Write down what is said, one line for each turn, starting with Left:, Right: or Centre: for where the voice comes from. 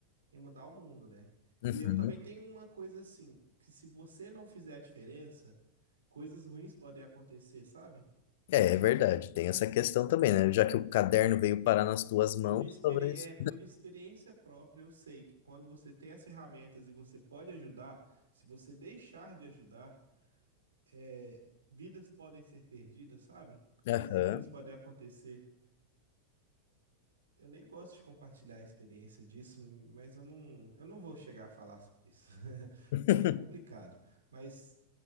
Right: em mudar o mundo, né?
Left: uhum.
Right: E eu também tenho uma coisa assim, que se você não fizer a diferença, coisas ruins podem acontecer, sabe?
Left: É, é verdade, tem essa questão também, né? Já que o caderno veio parar nas tuas mãos,
Right: Por experi...
Left: talvez.
Right: é, por experiência própria, eu sei que quando você tem as ferramentas e você pode ajudar, se você deixar de ajudar, é, vidas podem ser perdidas, sabe?
Left: Aham.
Right: Coisas ruins podem acontecer. Eu nem gosto de compartilhar a experiência disso, mas eu não, eu não vou chegar a falar sobre isso, <laughs>
Left: <laughs>
Right: porque é complicado. Mas